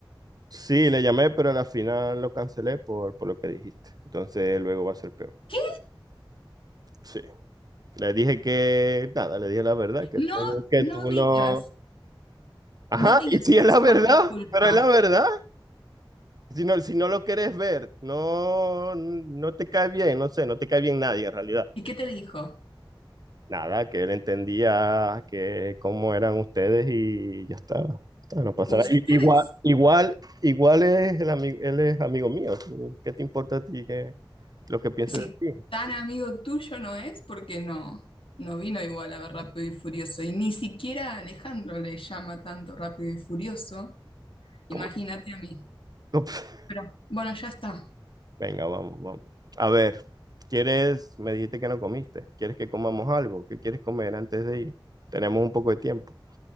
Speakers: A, on the right; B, on the left.
A: Sí, le llamé, pero al final lo cancelé por, por lo que dijiste. Entonces luego va a ser peor.
B: ¿Qué?
A: Sí. Le dije que, nada, le dije la verdad, que
B: No,
A: tú, que
B: no
A: tú
B: digas,
A: no... Ajá,
B: no digas
A: y si es
B: que
A: la
B: es
A: verdad,
B: por mi culpa.
A: pero es la verdad. Si no, si no lo quieres ver, no, no te cae bien, no sé, no te cae bien nadie en realidad.
B: ¿Y qué te dijo?
A: Nada, que él entendía que cómo eran ustedes y ya está. Ya está, No pasa
B: Ustedes
A: nada. I- Igual, igual, igual es el amigo, él es amigo mío. tú, ¿Qué te importa a ti que, lo que piense
B: Si
A: de ti?
B: tan amigo tuyo no es, porque no, no vino igual a ver Rápido y Furioso. Y ni siquiera a Alejandro le llama tanto Rápido y Furioso.
A: ¿Cómo?
B: Imagínate a mí.
A: <laughs>
B: Pero bueno, ya está.
A: Venga, vamos, vamos. A ver, ¿quieres? Me dijiste que no comiste. ¿Quieres que comamos algo? ¿Qué quieres comer antes de ir? Tenemos un poco de tiempo.